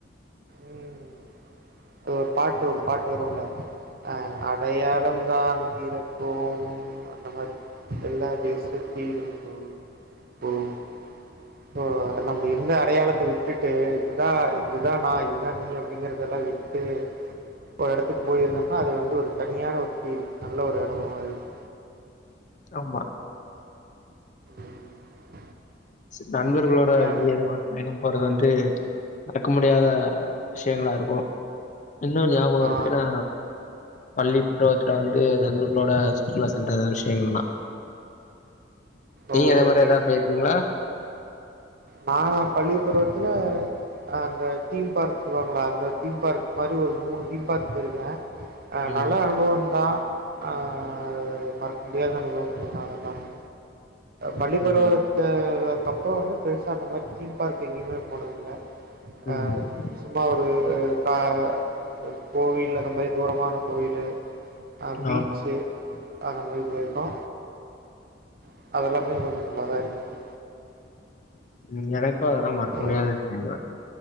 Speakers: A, on the right; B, on the left.
A: ம் அது ஒரு பாட்டு ஒரு பாட்டு வருல்ல அ அடையாளம் தான் பிறப்போமே ம் அந்த மாரி எல்லா தேசத்திலும் போய் வசிப்போம் போ நம்ம இருந்த அடையாளத்த விட்டுட்டு இது தா இது தா நா இது தா நீ அப்டிங்கறதெல்லா விட்டுட்டு ஒரு எடத்துக்கு போயிருந்தம்னா அது வந்து ஒரு தனியான ஒரு ஃபீலு நல்ல ஒரு அனுபவமா இருக்கு
B: ஆமா
A: ம்
B: ஸ் நண்பர்களோட
A: ஏ
B: வெளிய வ பயணம் போறத் வந்து மறக்க முடியாத விஷ்யங்களா இருக்கு இன்னு ஞாபகோ
A: ஆ
B: இருக்கு நா பள்ளி பருவத்துல வந்து நண்பர்களோட சுற்றுலா சென்ற விஷ்யங்கள்லா நீங்க
A: ஓ
B: அதே
A: ஓகே
B: மார எதா போயிர்க்கீங்களா
A: நாங்க பள்ளி பருவத்துல அந்த தீம் பார்க் சொல்லுவாங்கல்ல அந்த தீம் பார்க் மாதிரி ஒரு மூணு தீம்பார்க் போயிருக்கறே அ
B: ம்.
A: நல்ல அனுபவந்தா ஆ அது மறக்க முடியாத அனுபவங்கள் தா அதெல்லாமே பள்ளிப்பருவத்து
B: ம்.
A: அதுக்கப்றோ வந்து பெருசா அந்த மாரி தீம் பார்க் எங்கியுமே போனதில்ல
B: ம்.
A: அ சும்மா ஒரு அ கா அ கோவில் அந்த மாரி தூரமான கோயிலு அ பீச்சு
B: ஆ.
A: அந்த மாரி போயிர்க்கோ அ அதெல்லாமே கொஞ்சோ நல்லா தா இருந்துது
B: ம் எனக்கு அதெல்லா மறக்க
A: சரி.
B: முடியாத விஷ்யோ தா